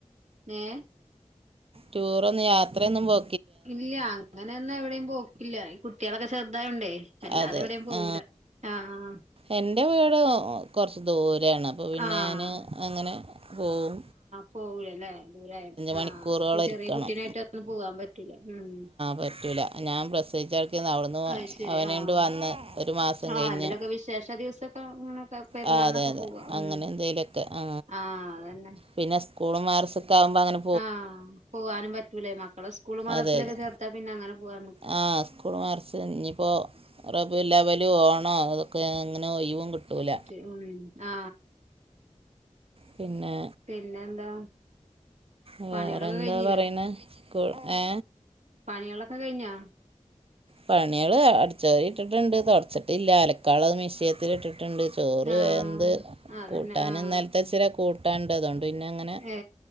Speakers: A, on the right (about 75°); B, on the right (about 50°).
A: ഏഹ്
B: ടൂർ ഒന്നും യാത്രയൊന്നും പോ
A: ഇല്ല അങ്ങനെയൊന്നും എവിടേയും പോക്കില്ല കുട്ടിയാളൊക്കെ ചേർതായോണ്ടേ വല്ലാതെ
B: അതെ
A: എവിടെയും പോകൂല
B: ആ
A: ആഹ് അഹ്
B: എൻ്റെ വീട് കൊറച്ച് ദൂരെണ് അപ്പോ പിന്നെ
A: ആഹ്
B: ഞാന് അങ്ങനെ പോകും
A: പോകൂലല്ലേ ദൂരായ ആ
B: മണിക്കൂറോളം
A: ഇപ്പ ചെറിയ
B: ഇരിക്കണം
A: കുട്ടീനെറ്റൊന്നും പോവാാൻ പറ്റൂല മം
B: പറ്റൂല ഞൻ പ്രസവിച്ച് പിന്നെ
A: അത് ശരി
B: അവനെണ്ട്
A: ആഹ്
B: വന്ന് ഒരു മാസം
A: ആഹ്
B: കഴിഞ്ഞ്
A: എന്തേലൊക്കെ വിശേഷ ദിവസൊക്കെ അങ്ങനൊക്കെ പെരുന്നാളിനൊക്കെ
B: ആ അതെ അതെ
A: പോവാ ഉം
B: അങ്ങനെ എന്തേലൊക്കെ ആ
A: ആഹ് അതന്നെ
B: പിന്നെ സ്കൂളും മഹ്റസ്സൊക്കെ ആകുമ്പങ്ങനെ
A: ആ പോവാനും പറ്റൂലയ് മക്കളെ സ്കൂള് മദ്രസിലൊക്കെ
B: അതെ അതെ
A: ചേർത്താ പിന്നെ അങ്ങനെ പോകാ
B: ആ സ്കൂൾ മദ്രസ് ഇഞ്ഞി ഇപ്പോ റബീഉൽ അവ്വൽ ഓണോ അങ്ങനെ ഒഴിവും കിട്ടൂല
A: മം ആ
B: പിന്നെ
A: പിന്നെന്താ
B: വേറെന്താ
A: പണികളൊക്കെ കഴിഞ്ഞില്ലേ
B: പറയ്ണെ ക് ഏ
A: പണിയാളൊക്കെ കഴിഞ്ഞോ
B: പണിയാള് അടിച്ച് വാരി ഇട്ടിട്ട്ണ്ട് തൊടച്ച്ട്ടില്ല അലക്കാള്ളത് മിശ്യേത്തില് ഇട്ടിട്ട്ണ്ട് ചോറ്
A: ആഹ്
B: വെന്ത്
A: അതന്നെ
B: കൂട്ടാനും
A: ആഹ്
B: ഇന്നൽത്തെച്ചിനെ കൂട്ടാണ്ട് അതോണ്ട് പിന്നെ അങ്ങനെ
A: ഏ